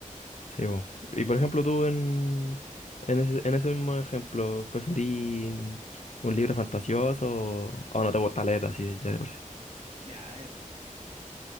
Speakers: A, on the left; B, on the right.
A: Sí, po. Y por ejemplo, tú en, en ese, en ese mismo ejemplo, ¿preferí mm, un libro fantasioso o, o no te gusta leer así ya de por sí?
B: Mira, a ver.